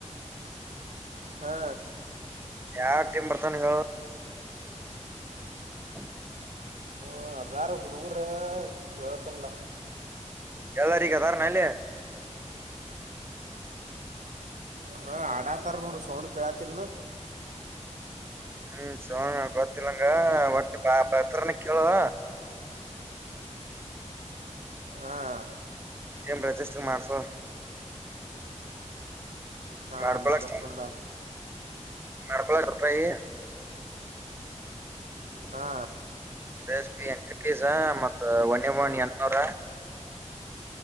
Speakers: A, on the right; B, on the right.
A: ಹಾ.
B: ಯಾವ್ ಟೀಮ್ ಬರ್ತಾನ ಹೇಳು. ಹ್ಮ. <inaudible>
A: ಹ ಅದಾರ ಹುಡುಗರ ಹೇಳತನಲ್ಲ.
B: ಎಲ್ಲಾರಿಗದಾರನ ಅಲ್ಲಿ.
A: ಹಾ ಆಡಾತಾರ ನೋಡು ಸೌಂಡ್ ಕೇಳತಿಲ್ಲ.
B: ಹ್ಮ್ ಸೋಮ ಬತ್ತಿಲ್ಲಂಗ ಒಟ್ಟ ಪತ್ರನ ಕೇಳೋಣ.
A: ಹಾಂ
B: ಟೀಮ್ ರಿಜಿಸ್ಟರ್ ಮಾಡ್ಸೋ.
A: ಹಾ
B: ಮಾಡ್ಕೊಳಕ್
A: ಮಾಡಿಸ್ತಿಂದ.
B: <unintelligible>
A: ಹಾ.
B: ಎಷ್ಟು ಎಂಟ್ರಿ ಫೀಸ ಮತ್ತ <unintelligible> ಎಂಟ್ನೂರ.